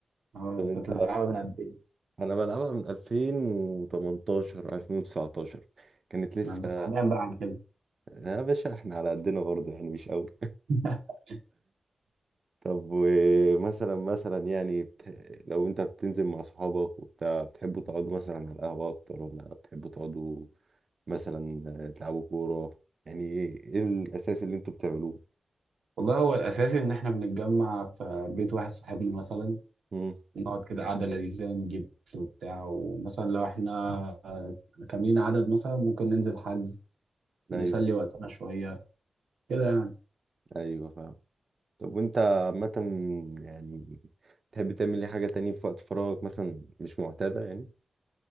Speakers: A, on the right (about 85°); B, on the right (about 55°).
A: اه
B: طب انت
A: انت بتلعبها من قد ايه
B: انا بلعبها من 2018 2019 كانت لسه
A: ما انت فاهمان بقى على كده
B: يا باشا احنا على قدنا برضه يعني مش قوي
A: <laughs>
B: <laughs> طب ومثلا مثلا يعني بت... لو انت بتنزل مع صحابك وبتاع بتحبوا تقعدوا مثلا على القهوة اكتر ولا بتحبوا تقعدوا مثلا تلعبوا كورة يعني ايه ايه الاساس اللي انتوا بتعملوه؟
A: والله هو الاساسي ان احنا بنتجمع في بيت واحد صاحبنا مثلا
B: مم.
A: نقعد كده قعده لذيذه نجيب اكل وبتاع ومثلا لو احنا آه، كاملين عدد مثلا ممكن ننزل حجز نسلي
B: ايوه
A: وقتنا شوية كده يعني
B: ايوه فاهم طب وانت عامة يعني تحب تعمل ايه حاجة تانية في وقت فراغك مثلا مش معتادة يعني